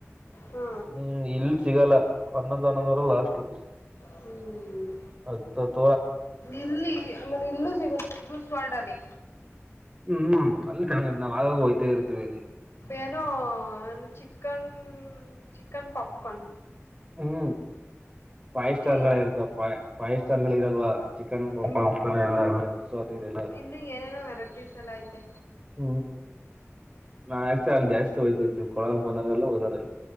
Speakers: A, on the left; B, on the right.
A: ಹಾ
B: ಹ್ಮ್ ಇಲ್ ಸಿಗಲ್ಲ. ಹನ್ನೊಂದ್ ಹನ್ನೊಂದುವರೆ ಲಾಸ್ಟು.
A: ಹ್ಮ್
B: ಹತ್ ಹತ್
A: ಇಲ್ಲಿ ಆಮೇಲೆ ಇಲ್ಲೂ ಸಿಗುತ್ತೆ ಜ್ಯೂಸ್ ವಾರ್ಡಲ್ಲಿ.
B: ಹ್ಮ್ ಅಲ್ ಕಣೆ ನಾವ್ ಆಗಾಗ್ ಹೋಯ್ತಾ ಇರ್ತೀವಿ ಅಲ್ಲಿ.
A: ಏನೋ ಚಿಕನ್ ಚಿಕನ್ ಪಾಪ್ ಕಾರ್ನ್.
B: ಹ್ಮ್ ಫೈವ್ ಸ್ಟಾರ್ಗಳಿರುತ್ತಪ್ಪ
A: ಏನೇನ್
B: ಫೈವ್ ಸ್ಟಾರ್ಗಳಿರಲ್ವಾ ಚಿಕನ್
A: ಹ್ಮ್
B: ಪಾಪ್ಕಾರ್ನ್ ಎಲ್ಲ ಸೋ ಅದು ಇದೆಲ್ಲ.
A: ಇನ್ನು ಏನೇನೋ ವೆರೈಟೀಸ್ ಎಲ್ಲ ಐತೆ
B: ಹ್ಮ್ ನಾ ಆಕ್ಚುಲ್ಲಿ ಅಲ್ ಜಾಸ್ತಿ ಹೋಯ್ತಿತ್ತು ಕೊಳಲ್ ಬಂದೋರೆಲ್ಲ ಎಲ್ಲ ಹೋದಾರಲ್ಲಿ.